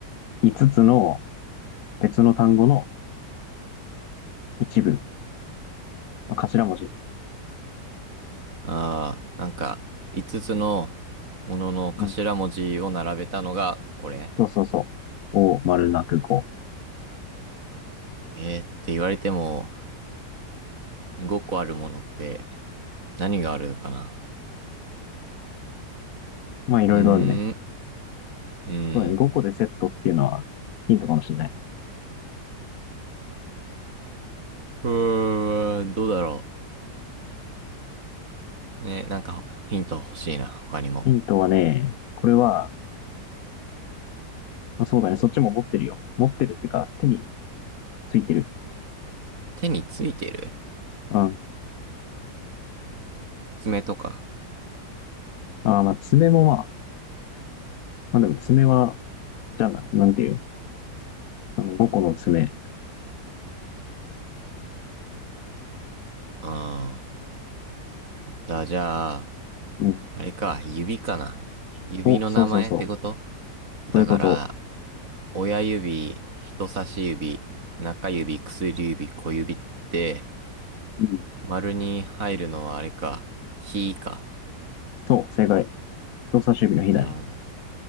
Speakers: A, on the left (about 65°); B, on the right (about 50°).
A: 5つつの別の単語の一部、まあ頭文字。
B: あー、なんか、五つつのものの頭文字を並べたのが、
A: うん。
B: これ。
A: そうそうそう。を丸な空港。
B: えーって言われても、五個あるものって、何があるかな。
A: まあいろいろあるね。
B: うーん、うん。
A: そうだね、5個でセットっていうのはヒントかもしれない。
B: うーん、どうだろう。ね、なんかヒント欲しいな、他にも。
A: ヒントはね、これは、まあそうだね、そっちも持ってるよ。持ってるっていうか、手についてる。
B: 手についてる
A: うん。
B: 爪とか。
A: あーまあ、爪もまあ、まあでも爪は、じゃあな、なんていう、あの5個の爪。
B: ああ。だ、じゃあ、
A: うん。
B: あれか、指かな。指の名前ってこと
A: お、そうそうそう。
B: だから、
A: そういうこと。
B: 親指、人差し指、中指、薬指、小指って、
A: うん。
B: 丸に入るのはあれか、ひか。
A: そう、正解。人差し指の日だね。
B: なるほど。